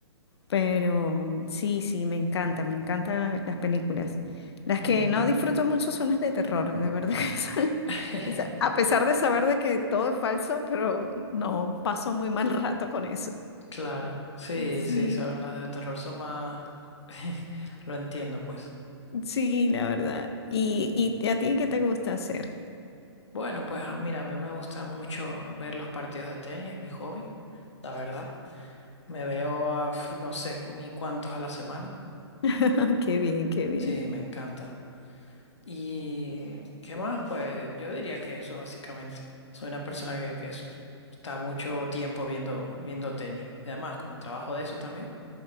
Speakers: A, on the left; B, on the left.
A: Pero sí, sí, me encanta, me encantan las películas. Las
B: Ujú.
A: que no disfruto mucho son las de terror, de verdad que <laughs> esa-
B: <laughs>
A: esa- a pesar de saber de que todo es falso, pero no, paso muy mal rato con eso.
B: claro. Sí,
A: Sí,
B: sí, son las de terror, son más... <laughs> Lo entiendo, pues.
A: sí, la verdad. ¿Y, y a ti qué te gusta hacer?
B: Bueno, pues a- mira, a mí me gusta mucho ver los partidos de tenis, es mi hobby, la verdad. Me veo a, pf, no sé cu- ni cuántos a la semana.
A: <laughs> Qué bien, qué bien.
B: Sí, me encanta. ¿Y qué más? Pues yo diría que eso básicamente. Soy una persona que, que eso, está mucho tiempo viendo, viendo tenis. Y además, como trabajo de eso también,